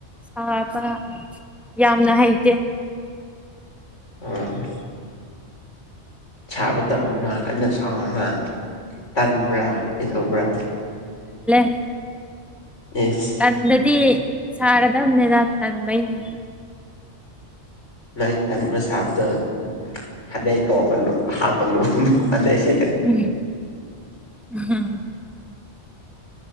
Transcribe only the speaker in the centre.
ꯁꯥꯥꯕ ꯌꯥꯝꯅ ꯍꯩꯇꯦ
<inaudible>
ꯀꯟꯗꯗꯤ ꯁꯥꯒꯗꯕꯅꯦꯗ ꯇꯟꯕꯩꯅꯦ
ꯎꯝ ꯍꯥ